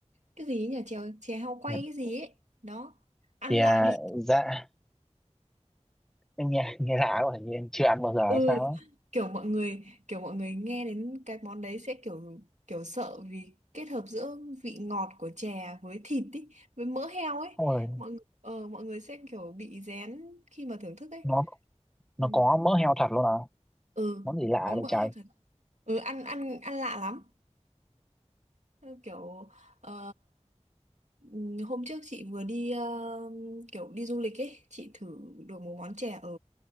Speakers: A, on the right; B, in the centre.
A: Cái gì nhỉ? Chè chè heo quay
B: Dạ-
A: cái gì ấy. Đó. Ăn
B: thì
A: lạ
B: à,
A: miệng
B: dạ em nghe nghe lạ quá hình như em chưa ăn bao giờ
A: ừ
B: hay sao á
A: kiểu mọi người kiểu mọi người nghe đến cái món đấy sẽ kiểu kiểu sợ vì kết hợp giữa vị ngọt của chè với thịt ý với mỡ heo ấy
B: ôi
A: mọi người ờ, mọi người sẽ kiểu bị rén khi mà thưởng thức ấy
B: nó
A: ừ,
B: nó có mỡ heo thật luôn à
A: ừ.
B: món gì lạ
A: có mỡ
B: vậy trời
A: heo thật ừ ăn ăn ăn lạ lắm kiểu ờ, ừm, hôm trước chị vừa đi ờ, kiểu đi du lịch ấy chị thử được một món chè ở